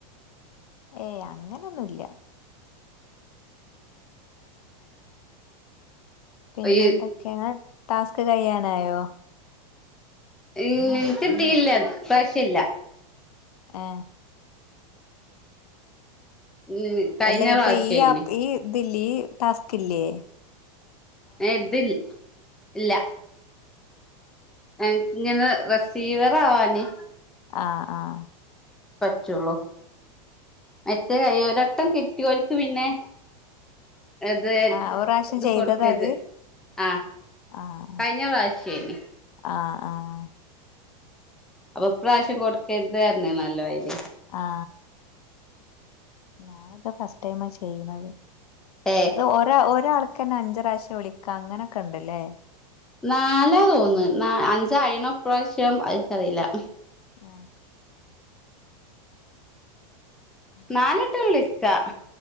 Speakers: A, on the left; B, in the centre.
A: ഏയ് അങ്ങനൊന്നുംല്ല പിന്നെ
B: ഈ
A: എന്തൊക്കെയങ്ങ ടാസ്ക് കഴ്യാനായോ
B: ഉം ഉം കിട്ടിയില്ല ഈ പ്രാവിശ്യം ഇല്ല
A: ഏ
B: ഉം കഴിഞ്ഞ
A: അല്ലേ ഇപ്പൊ
B: പ്രാവശ്യേനി
A: ഈ ആ ഈ ദില്ലി ഇ ടാസ്കില്ലേ
B: ഇതില് ഇല്ല എ ഇങ്ങനെ റെസീവറാവാന്
A: ആ ആ
B: പറ്റൊ ഒള്ളു മറ്റെ കയ്യ് ഓ രട്ടം കിട്ടിയോൽക്ക് പിന്നെ അതെ
A: ആഹ് ഒരു പ്രാവശ്യം
B: ഇത്
A: ചെയ്തതാ
B: കൊട്ക്കെര്ത്
A: അത്
B: ആ
A: ആഹ്
B: കഴിഞ്ഞ പ്രാവ്ശെയിനി
A: ആഹ് ആഹ്
B: അപ്പം ഇപ്രാവശ്യം കൊട്ക്കെര്ത് പർൺണ അല്ലോ അയിൽ
A: ആ ഞൻ ഇത് ഫസ്റ്റ് ടൈമാ ചെയ്യ്ണെത്
B: ഏഹ്
A: ഇത് ഒരാ ഒരാൾ ഇക്കെന്നെ അഞ്ച് പ്രാവ്ശ്യം വിളിക്കാന്ന് അങ്ങനെ ഒക്കെ ഇണ്ട് ലെ
B: നാലാ തോന്ന് നാ അഞ്ചാ ആയിണോ ഇപ്രാവ്ശ്യം അയ് ഇച്ച് അറീലാ
A: ആ ശരി
B: നാല് വട്ടം വിളി ക്കാ